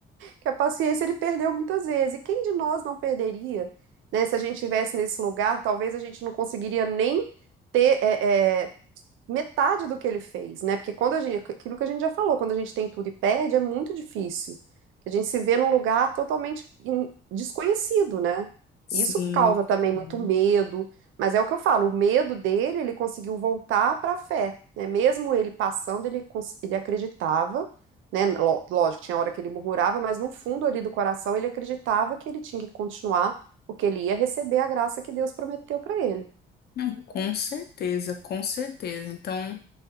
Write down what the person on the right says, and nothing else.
que a paciência ele perdeu muitas vezes. E quem de nós não perderia, né? Se a gente tivesse nesse lugar, talvez a gente não conseguiria nem ter é, é, metade do que ele fez, né? Porque quando a gente, aquilo que a gente já falou, quando a gente tem tudo e perde, é muito difícil. A gente se vê num lugar totalmente in- desconhecido, né?
E Isso causa também
muito medo, mas é o que eu falo, o medo dele, ele conseguiu voltar para a fé, né? Mesmo ele passando, ele, cons- ele acreditava, né? Ló- Lógico, tinha hora que ele murmurava, mas no fundo ali do coração ele acreditava que ele tinha que continuar, porque ele ia receber a graça que Deus prometeu para ele.